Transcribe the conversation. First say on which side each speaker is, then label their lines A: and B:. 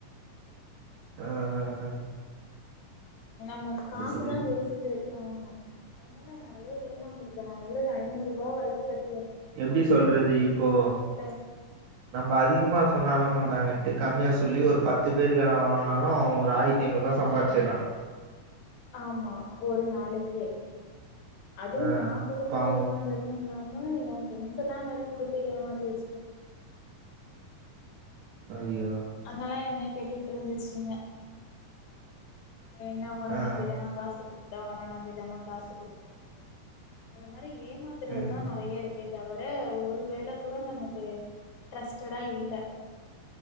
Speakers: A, on the right (about 70°); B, on the left (about 70°).
A: அ அ அ
B: நம்மளுக் காசுதா
A: புரியுது
B: வேஸ்ட் ட்டு ஆமா அது மார் நா நறைய ஏமாந்திருக்கே நா எழுத ஐநூறுபா வரைக்கு கட்
A: எப்டி சொல்றது இப்போ
B: வீட்ல
A: நம்ப அதிகமா சொன்னா அனப் மாட்டாங்கன்ட்டு கம்மியா சொல்லி ஒரு பத்து பேர்கிட வாங்கினாலு ஒரு ஆயி எண்னூறுபா சம்பாதிச்சி தா
B: ஆமா ஒரு நாளைக்கே அதுவு
A: ஆ
B: நா குடுத்து
A: அப்ப அவன்
B: ஏமாந்தது இல்லாம என் ஃப்ரெண்ட்ஸ்ஸுலா வேற குடுத்து ஏமாத்தி வச்சுட்டே நா
A: அய்யோ
B: ங்கலா என்ன கேட்டிட் இருந்துச்சுங்க எ என்ன உன
A: ஆ
B: நம்பிதானா காசு குடுக் த உன நம்பிதானா காசு குடுத்தே அப்டின்னு அத மாரி ஏமாத்துறதுதா
A: ம் ம்
B: நிறைய இருக்கு க்கே தவர ஒரு வேல கூட நமக்கு ட்ரஸ்ட்டடா இல்ல